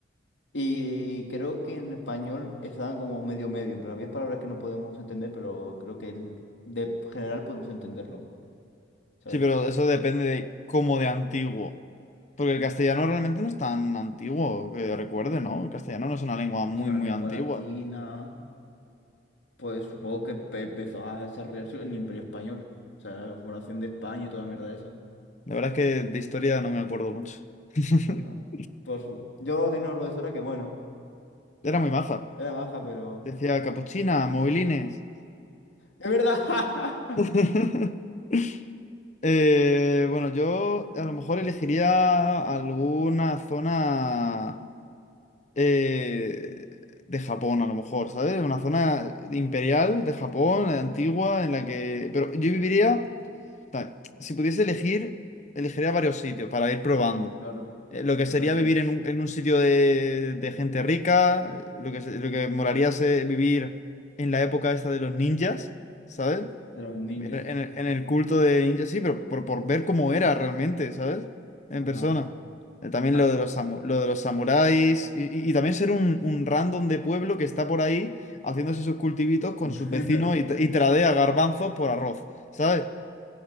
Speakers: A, on the left (about 90°); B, on the left (about 40°).
A: Y creo que en español estaban como medio medio, en plan, había palabras que no podemos entender, pero creo que el- de general podemos entenderlo, ¿sabes?
B: Sí, pero eso depende de cómo de antiguo. Porque el castellano realmente no es tan antiguo, que recuerde, ¿no? El castellano no es una lengua muy,
A: Es una
B: muy
A: lengua
B: antigua.
A: latina, pues supongo que empe- empezó a desarrollarse en el Imperio Español, o sea, la fundación de España y toda la mierda esa.
B: La verdad es que de historia no me acuerdo mucho. <laughs>
A: No. Por su... Yo tenía una profesora que, bueno,
B: Era muy maja.
A: era baja, pero...
B: Decía capuchina, movilines.
A: ¡Es verdad! <laughs>
B: <laughs> Eh, bueno, yo a lo mejor elegiría alguna zona eh, de Japón, a lo mejor, ¿sabes? Una zona imperial de Japón, eh, antigua, en la que... Pero yo viviría... Ta- Si pudiese elegir, elegiría varios sitios para ir probando.
A: Claro,
B: Eh, lo que sería
A: tarea.
B: vivir en un, en un sitio de, de gente rica, eh, lo que, se- lo que molaría es eh, vivir en la época esta de los ninjas, ¿sabes?
A: De los ninjas.
B: En, el en el- en el culto de ninjas, sí, pero por, por ver cómo era realmente, ¿sabes? En
A: Ajá.
B: persona. Eh, También
A: Ah.
B: lo de los, samu- lo de los samuráis y, y- y también ser un, un random de pueblo que está por ahí haciéndose sus cultivitos con
A: <laughs>
B: sus vecinos y, tra- y tradea garbanzos por arroz, ¿sabes?